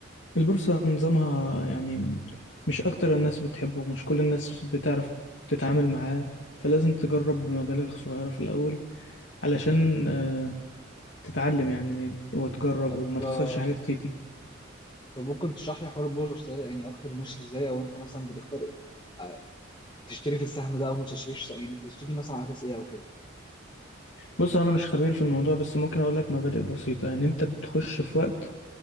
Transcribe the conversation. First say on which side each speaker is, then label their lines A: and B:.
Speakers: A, on the left; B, on the left.
A: البورصة نظامها يعني مش أكتر الناس بتحبه مش كل الناس بتعرف تتعامل معاه فلازم تجرب بمبالغ صغيرة في الأول علشان آه، تتعلم يعني وتجرب
B: طب
A: وما تخسرش
B: آه،
A: حاجات كتير
B: طب ممكن تشرح لي حوار البورصه ده يعني اكتر ماشي ازاي او انت مثلا بتختار آه، تشتري في السهم ده او ما تشتريش يعني تشتري مثلا على اساس ايه او كده
A: بص هو أنا مش خبير في الموضوع بس ممكن أقول لك مبادئ بسيطة يعني أنت بتخش في وقت